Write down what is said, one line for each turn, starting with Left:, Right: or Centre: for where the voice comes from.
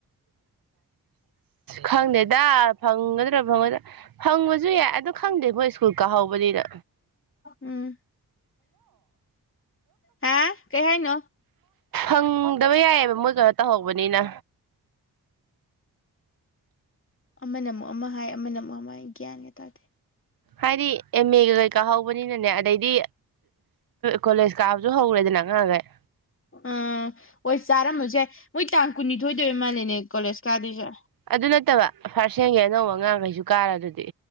Right: ꯈꯪꯗꯦꯗ ꯐꯪꯒ ꯗ ꯐꯪꯕꯁꯨ ꯌꯥꯏ ꯑ ꯈꯪꯗꯦꯀꯣ ꯁ꯭ꯀꯨꯜ ꯀꯥꯍꯧꯕꯅꯤꯗ
Left: ꯎꯝ ꯍꯥ ꯀꯩ ꯍꯥꯏꯅꯣ
Right: ꯑꯣ ꯗꯕ ꯌꯥꯏꯑꯕ ꯃꯣꯏ ꯀꯩꯅꯣ ꯇꯧꯍꯧꯕꯅꯤꯅ
Left: ꯑꯃꯅ ꯑꯃꯨꯛ ꯑꯃ ꯍꯥꯏ ꯑꯃꯅ ꯑꯃꯨꯛ ꯑꯃ ꯍꯥꯏ ꯒ꯭ꯌꯥꯟꯒ ꯇꯥꯗꯦ
Right: ꯍꯥꯏꯗꯤ ꯑꯦꯝ ꯑꯦꯒ ꯀꯩꯀꯥ ꯍꯧꯕꯅꯤꯅꯅꯦ ꯑꯗꯩꯗꯤ ꯀꯣꯂꯦꯖ ꯀꯥꯕꯁꯨ ꯍꯧꯔꯦꯗꯅ ꯉꯉꯥꯡꯈꯩ
Left: ꯑꯥ ꯍꯣꯏ ꯆꯥꯔꯝꯃꯁꯦ ꯃꯣꯏ ꯇꯥꯡ ꯀꯨꯟꯅꯤꯊꯣꯏꯗꯣꯏ ꯑꯣꯏ ꯃꯥꯜꯂꯦꯅꯦ ꯀꯣꯂꯦꯖ ꯀꯥꯗꯣꯏꯁꯦ
Right: ꯑꯗꯨ ꯅꯠꯇꯕ ꯐꯥꯔꯁ ꯍꯦꯟꯒꯤꯦ ꯑꯅꯧꯕ ꯑꯉꯥꯡꯈꯩꯁꯨ ꯀꯥꯔ ꯑꯗꯨꯗꯤ